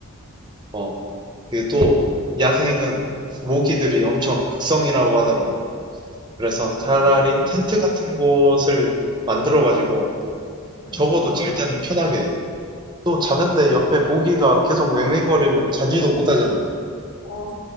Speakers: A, on the right; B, on the left.
A: 어, 그 또 야생은 모기들이 엄청 극성이라고 하더라고. 그래서 차라리
B: 아, 음,
A: 텐트 같은
B: 음.
A: 곳을 만들어가지고
B: 어, 괜찮다.
A: 적어도 잘 때는 편하게. 또 자는데 옆에 모기가 계속 웽웽거리면 자지도 못하잖아.
B: 어,